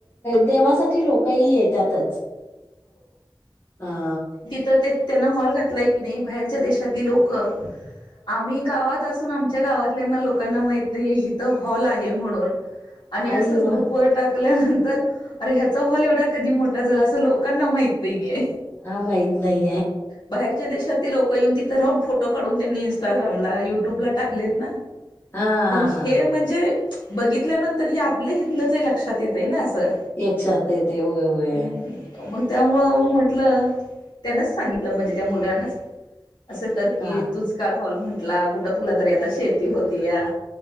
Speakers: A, on the left; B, on the left.
A: देवासाठी लोकही येतातच. हा.
B: तर त्यांन हॉल घातलाय की नाही. बाहेरच्या देशातली लोक. आम्ही गावात अस सून आमच्या गावातल्याना लोकांना माहित नाहीय. हिथं हॉल आहे म्हणून.
A: अय्यो
B: आणि असंच ग्रुप वर टाक ल्यानंतर अरे ह्याचा हॉल एवढा कधी मोठा झाला? असं लोकांना माहित नाहीय.
A: हा माहीत नाही.
B: बाहेरच्या देशातली लोक येऊन ति थ राहून, फोटो काढून. त्यांनी इस्टाग्रामला, युट्यूबला टाकलेत ना.
A: हा
B: मग
A: हा हा
B: हे म्हणजे बघितल्यानंतर हे आपल्या हितलंचय. लक्षात येते ना असं.
A: याच्यात येते. होय होय.
B: हम्म मग त्यामुळं मग म्हटलं त्यानच सांगितलं ऋम्हणजे त्या मुलानाच. असं कर की
A: हा
B: तूच काढ हॉल म्हंटला. कुठं तुला तरी आता शेती होती या.